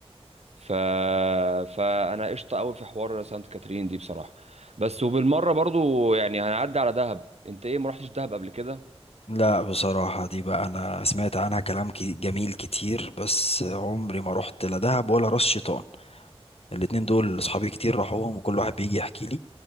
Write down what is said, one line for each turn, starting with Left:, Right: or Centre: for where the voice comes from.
Right: ف... فانا قشطه قوي في حوار سانت كاترين دي بصراحه بس وبالمره برضو يعني هنعدي على دهب انت ايه ما رحتش دهب قبل كده
Left: لا بصراحة دي بقى أنا سمعت عنها كلام كي- جميل كتير بس عمري ما رحت لا دهب ولا راس شيطان الاتنين دول أصحابي كتير راحوهم وكل واحد بيجي يحكي لي